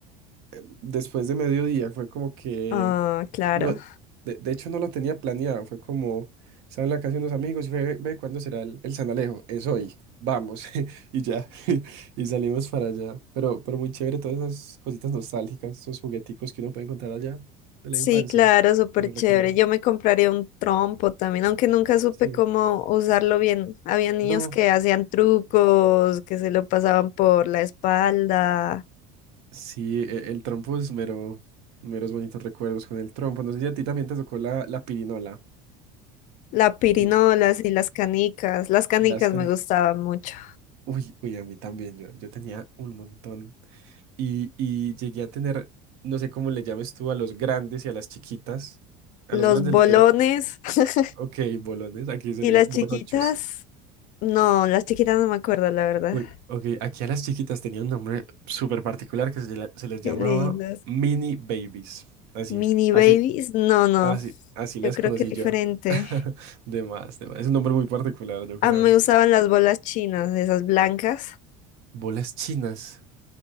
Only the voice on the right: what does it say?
eh, después de mediodía, fue como que
No, de, de hecho no lo tenía planeado, fue como, estaba en la casa de unos amigos y fue, ve, ve, ¿cuándo será el, el San Alejo? Es hoy, vamos, <laughs> y ya, <laughs> y salimos para allá. Pero, pero muy chévere todas esas cositas nostálgicas, esos jugueticos que uno puede encontrar allá de la
infancia,
te los
recomiendo.
Sí.
No,
sí, e- el, trompo es mero, meros bonitos recuerdos con el trompo. No sé si a ti también te tocó la, la pirinola,
¿o no?
Las canicas.
Uy, uy, a mí también, yo, yo tenía un montón. y, y llegué a tener, no sé cómo le llames tú a los grandes y a las chiquitas. A
los grandes
yo le...
Ok, bolones, aquí se
le
dice bolonchos.
Uy, ok, aquí a las chiquitas tenía un nombre súper particular que se, la- se les llamaba
mini babies. Así,
así,
así, así las
conocí
yo. <laughs> De más, de más. Es un nombre muy particular, yo creo.
Bolas chinas.